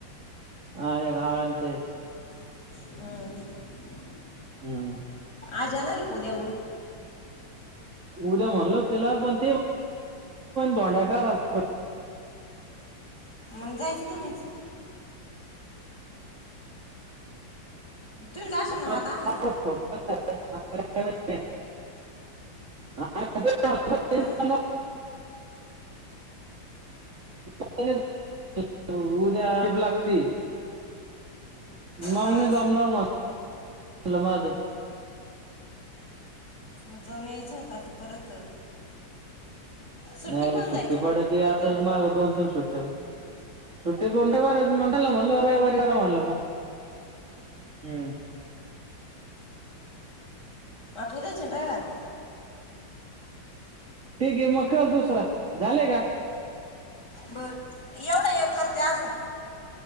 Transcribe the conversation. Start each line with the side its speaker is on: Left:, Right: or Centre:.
Right: हा एक हारांचंय
Left: हं
Right: हुं
Left: आजा येनायत उद्या म
Right: उद्या म्हणलो तीला पण ते डोंदाकार अस
Left: मंग जायच तुम्हीच
Right: <unintelligible>
Left: तुम्ही जाशाल ना मग आता आणायला अं
Right: <unintelligible> उद्या <unintelligible> शिब लागती मंग
Left: हा
Right: नाय
Left: हा
Right: जमणार म माझ
Left: म जाऊन यायचं होतं आता परत सुट्टी
Right: नाही
Left: पाहून
Right: रे
Left: जायचं
Right: पडते
Left: ना
Right: आता
Left: रयवारी
Right: माग दोन तीन सुट्टे सुट्टी बंद करायचं मंग त्याला म्हणल रविवारी करा म्हणलं मग हुं
Left: म आत उद्याच्यान रयवार <inaudible>
Right: ठीक ये मग कर दुसरा झाले का
Left: बर एवढं एक करते अजून